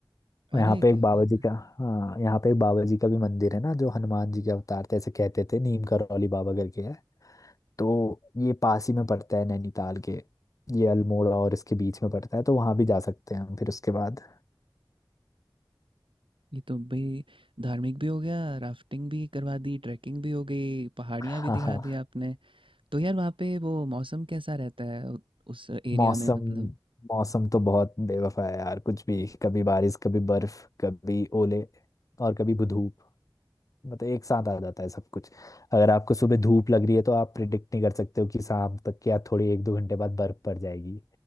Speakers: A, on the right (about 90°); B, on the left (about 40°).
A: <laughs> अरे
B: और यहाँ पे
A: क्या
B: एक बाबा
A: बात
B: जी
A: है
B: का हाँ यहाँ पे एक बाबा जी का भी मंदिर है ना जो हनुमान जी के अवतार थे ऐसे कहते थे नीम करौली बाबा करके है तो ये पास ही में पड़ता है नैनीताल के ये अल्मोड़ा और इसके बीच में पड़ता है तो वहाँ भी जा सकते हैं हम फिर उसके बाद
A: ये तो भाई धार्मिक भी हो गया राफ्टिंग भी करवा दी ट्रैकिंग भी हो गई पहाड़ियाँ
B: हाँ
A: भी दिखा
B: हाँ।
A: दी आपने तो यार वहाँ पे वो मौसम कैसा रहता है उ- उस एरिया
B: मौसम
A: में मतलब
B: मौसम तो बहुत बेवफा है यार कुछ भी कभी बारिश कभी बर्फ कभी ओले और कभी धूप मतलब एक साथ आ जाता है सब कुछ अगर आपको सुबह धूप लग रही है तो आप प्रिडिक्ट नहीं कर सकते हो कि शाम तक या थोड़ी एक दो घंटे बाद बर्फ पड़ जाएगी